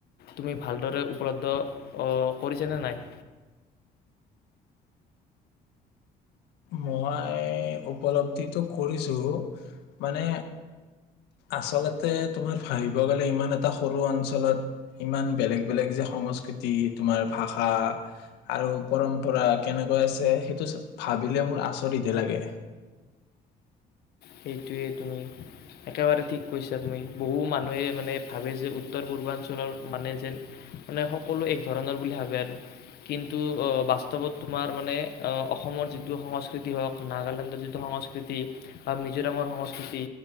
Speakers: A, on the left; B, on the left.
A: তুমি ভালদৰে উপলব্ধ অ ', কৰিছানে নাই?
B: মই উপলব্ধিটো কৰিছো মানে আচলতে তোমাৰ ভাবিব গ'লে ইমান এটা সৰু অঞ্চলত ইমান বেলেগ -বেলেগ যে সংস্কৃতি তোমাৰ ভাষা আৰু পৰম্পৰা কেনেকৈ আছে সেইটো, ভাবিলে মোৰ আচৰিতহে লাগে।
A: সেইটোৱে তুমি একেবাৰে ঠিক কৈছা তুমি। বহু মানুহে মানে ভাবে যে উত্তৰ- পূৰ্বাঞ্চলৰ মানে যে মানে সকলো এক ধৰণৰ বুলি ভাবে আৰু কিন্তু বাস্তৱত তোমাৰ মানে অসমৰ যিটো সংস্কৃতি হওক নাগালেণ্ডৰ যিটো সংস্কৃতি, বা মিজোৰামৰ -সংস্কৃতি